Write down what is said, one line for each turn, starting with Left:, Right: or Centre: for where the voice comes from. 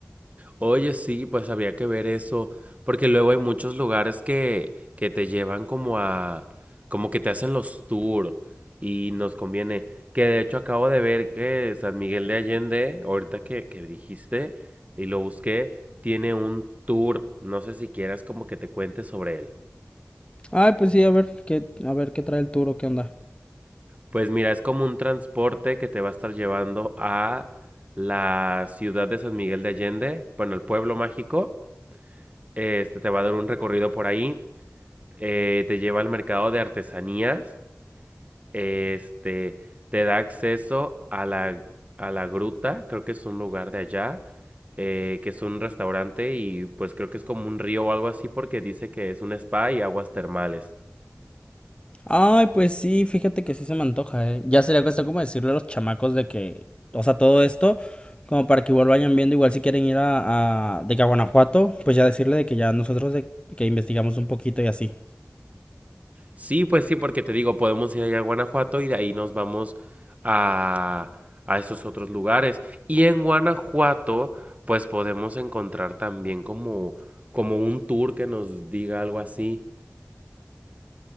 Right: Oye, sí, pues habría que ver eso, porque luego hay muchos lugares que, que te llevan como a, como que te hacen los tours y nos conviene. Que de hecho acabo de ver que San Miguel de Allende, ahorita que, que dijiste y lo busqué, tiene un tour. No sé si quieras como que te cuente sobre él.
Left: Ay, pues sí, a ver qué, a ver qué trae el turo, qué onda.
Right: Pues mira, es como un transporte que te va a estar llevando a la ciudad de San Miguel de Allende, bueno, el pueblo mágico. Este te va a dar un recorrido por ahí. eh, te lleva al mercado de artesanías, este, te da acceso a la, a la gruta, creo que es un lugar de allá, eh, que es un restaurante y pues creo que es como un río o algo así porque dice que es un spa y aguas termales.
Left: Ay, pues sí, fíjate que sí se me antoja, ¿eh? Ya sería cuestión como decirle a los chamacos de que, o sea, todo esto, como para que igual vayan viendo, igual si quieren ir a, a- de que a Guanajuato, pues ya decirle de que ya nosotros de que investigamos un poquito y así.
Right: Sí, pues sí, porque te digo, podemos ir allá a Guanajuato y de ahí nos vamos a, a esos otros lugares. Y en Guanajuato, pues podemos encontrar también como, como un tour que nos diga algo así.